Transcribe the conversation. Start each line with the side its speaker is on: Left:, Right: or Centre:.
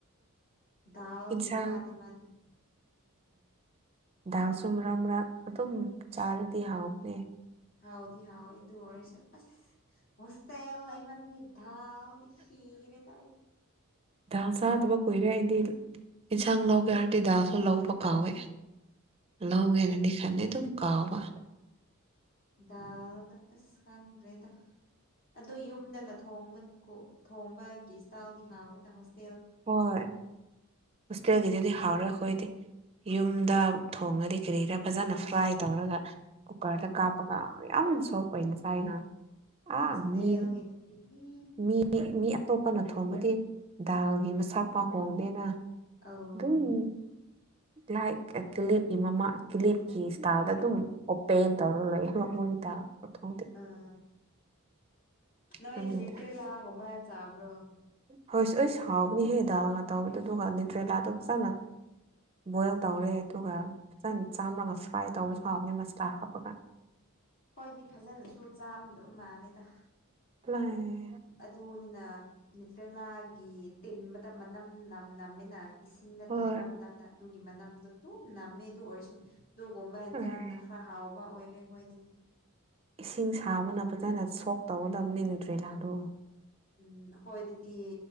Left: ꯗꯥꯜꯒꯤ
Right: ꯏꯟꯁꯥꯡ
Left: ꯅꯨꯄꯥꯗꯦ ꯃꯥꯗꯤ
Right: ꯗꯥꯜꯁꯨ ꯃꯔꯛ ꯃꯔꯛ ꯑꯗꯨꯝ ꯆꯥꯔꯗꯤ ꯍꯥꯎꯕꯅꯦ
Left: ꯍꯥꯎꯗꯤ ꯍꯥꯎꯑꯦ ꯑꯗꯨ ꯑꯣꯏꯔꯁꯨ ꯍꯣꯁꯇꯦꯜ ꯂꯩꯃꯟꯕꯩ ꯗꯥꯜꯗꯤ ꯈꯤꯔꯦꯗ ꯑꯩ
Right: ꯗꯥꯜ ꯆꯥꯗꯕ ꯀꯨꯏꯔꯦ ꯑꯩꯗꯤ ꯏꯟꯁꯥꯡ ꯂꯧꯒꯦ ꯍꯥꯏꯔꯗꯤ ꯗꯥꯜꯁꯨ ꯂꯧꯕ ꯀꯥꯎꯋꯦ ꯂꯧꯒꯦꯅꯗꯤ ꯈꯜꯂꯤ ꯑꯗꯨꯝ ꯀꯥꯎꯕ
Left: ꯗꯥꯜꯗ ꯑꯁ ꯈꯪꯗ꯭ꯔꯦꯗ ꯑꯗꯨ ꯌꯨꯝꯗꯅ ꯊꯣꯡꯕ ꯀꯨ ꯊꯣꯡꯕꯒꯤ ꯁꯇꯥꯏꯜꯗꯤ ꯍꯥꯎꯋꯦꯗ ꯍꯣꯁ
Right: ꯍꯣꯏ ꯍꯣꯁꯇꯦꯜꯒꯤꯗꯨꯗꯤ ꯍꯥꯎꯔꯣꯏ ꯑꯩꯈꯣꯏꯗꯤ
Left: ꯎꯝ
Right: ꯌꯨꯝꯗ ꯊꯣꯡꯉꯗꯤ ꯀꯔꯤꯔꯥ ꯐꯖꯅ ꯐ꯭ꯔꯥꯏ ꯇꯧꯔꯒ ꯀꯨꯀꯔꯗ
Left: ꯑꯧ
Right: ꯀꯥꯞꯄꯒ ꯌꯥꯝ ꯁꯣꯝ ꯑꯣꯏꯅ ꯆꯥꯏꯅ ꯑ
Left: ꯍꯣꯁꯇꯦꯜꯒꯤꯗꯨꯗꯤ
Right: ꯃꯤ
Left: ꯏ
Right: ꯃꯤ ꯃꯤ ꯃꯤ ꯑꯇꯣꯞꯄꯅ ꯊꯣꯡꯕꯗꯤ ꯗꯥꯜꯒꯤ ꯃꯁꯥꯛ ꯄꯥꯎ ꯍꯣꯡꯗꯦꯅ
Left: ꯑꯧ
Right: ꯗꯨꯝ ꯂꯥꯏꯛ ꯀꯂꯤꯞꯄꯤ ꯃꯃꯥ ꯀꯤꯂꯤꯞꯀꯤ ꯁꯇꯥꯜꯗ ꯑꯗꯨꯝ ꯑꯣꯄꯦꯟ ꯇꯧꯔꯒ ꯂꯩ ꯃꯣꯏ ꯗꯜ ꯈꯨꯊꯣꯡꯗꯤ
Left: ꯑ ꯅꯣꯏ
Right: ꯑꯗꯨꯅꯤ
Left: ꯅꯨꯇ꯭ꯔꯦꯂ ꯒꯨꯝꯕ ꯆꯕ꯭ꯔꯣ
Right: ꯍꯣꯏ ꯑꯩꯁ ꯍꯥꯎꯕꯅꯦꯍꯦ ꯗꯥꯜꯒ ꯇꯧꯕꯗꯣ ꯑꯗꯨꯒ ꯅ꯭ꯌꯨꯇ꯭ꯔꯦꯂꯥꯗꯣ ꯐꯖꯅ ꯕꯣꯏꯜ ꯇꯧꯔꯦ ꯑꯗꯨꯒ ꯐꯖꯅ ꯆꯥꯝꯂꯒ ꯐ꯭ꯔꯥꯏ ꯇꯧꯕꯁꯨ ꯍꯕꯅꯦ ꯃꯁꯂꯥ ꯍꯥꯞꯄꯒ
Left: ꯍꯣꯏꯗꯤ ꯐꯖꯅꯁꯨ ꯆꯥꯝꯗꯕ ꯃꯥꯜꯂꯦꯗ
Right: <unintelligible>
Left: ꯑꯗꯨꯅꯤꯅ ꯅꯤꯌꯨꯇ꯭ꯔꯦꯂꯥꯒꯤ ꯇꯤꯟꯕꯗ ꯃꯅꯝ ꯅꯝ ꯅꯝꯃꯤꯅ ꯏꯁꯤꯡꯗ
Right: ꯍꯣꯏ
Left: ꯇꯤꯟꯕ ꯃꯠ ꯃꯇꯝꯗ ꯑꯗꯨꯒꯤ ꯃꯅꯝꯗꯨ ꯑꯗꯨꯝ ꯅꯝꯃꯦ ꯑꯗꯨ ꯑꯣꯏꯔꯁꯨ ꯑꯗꯨꯒꯨꯝꯕ ꯑꯦꯟꯖꯥꯡꯅ
Right: ꯎꯝ
Left: ꯈꯔ ꯍꯥꯎꯕ ꯑꯣꯏꯔꯦ ꯑꯈꯣꯏꯗꯗꯤ
Right: ꯏꯁꯤꯡ ꯁꯥꯕꯅ ꯐꯖꯅ ꯁꯣꯛ ꯇꯧꯒꯗꯕꯅꯤ ꯅꯤꯌꯨꯇ꯭ꯔꯦꯂꯥꯗꯣ
Left: ꯎꯝ ꯑꯈꯣꯏꯗꯗꯤ